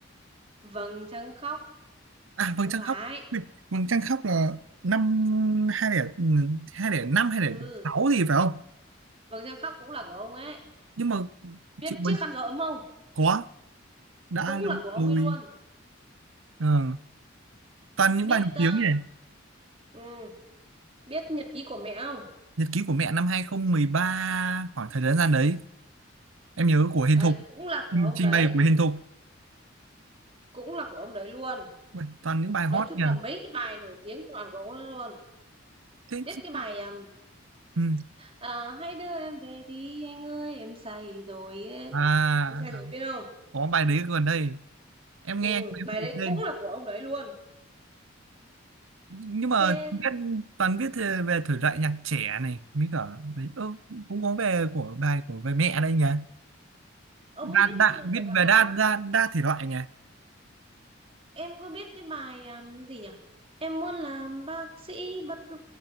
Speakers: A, on the right; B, on the right.
A: Vầng Trăng Khóc
B: À, Vầng
A: không
B: trăng
A: phải
B: khóc. <laughs> Ui, Vầng trăng khóc là năm hai nghìn hai nghìn năm hai nghìn
A: ừ
B: sáu gì phải không?
A: Vầng Trăng Khóc cũng là của ông ấy
B: Nhưng mà
A: biết
B: chị mình
A: Chiếc khăn gió ấm không
B: có đã
A: cũng
B: lâu
A: là của ông ấy
B: rồi.
A: luôn
B: Ờ, toàn những
A: biết
B: bài nổi
A: ờ,
B: tiếng nhỉ?
A: ừ, biết Nhật ký của mẹ không
B: Nhật ký của mẹ năm hai không một ba khoảng thời gian đấy em nhớ của Hiền
A: đấy
B: Thục
A: cũng là của
B: trình
A: ông
B: trình
A: đấy
B: bày của Hiền Thục
A: cũng là của ông đấy luôn
B: Ui, toàn những bài
A: nói
B: hot
A: chung
B: nhỉ
A: là mấy cái bài nổi tiếng toàn của ông ấy luôn
B: thế
A: biết
B: chứ-
A: cái bài um,
B: ừ.
A: à, hãy đưa em về đi anh ơi em say rồi ấy.
B: à
A: em say
B: à,
A: rồi biết không
B: có bài đấy gần đây em
A: ừ,
B: nghe nhưng mà em
A: bài
B: không nhớ
A: đấy cũng
B: tên
A: là của ông đấy luôn
B: nhưng mà
A: thế
B: viết toàn viết về về thể loại nhạc trẻ này mới cả đấy ơ cũng có về của bài của về mẹ đây nhỉ
A: ông
B: đa
A: ấy biết
B: đa
A: nhiều thể
B: viết
A: loại
B: về
A: lắm
B: đa đa đa thể loại nhỉ
A: em có biết cái bài um, gì nhỉ em muốn làm bác sĩ bất cứ